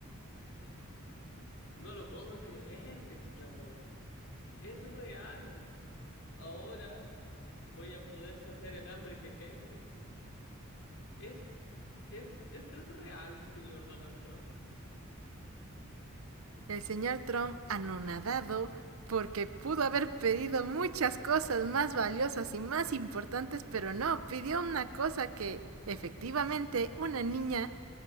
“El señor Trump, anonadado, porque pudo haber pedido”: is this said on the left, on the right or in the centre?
Right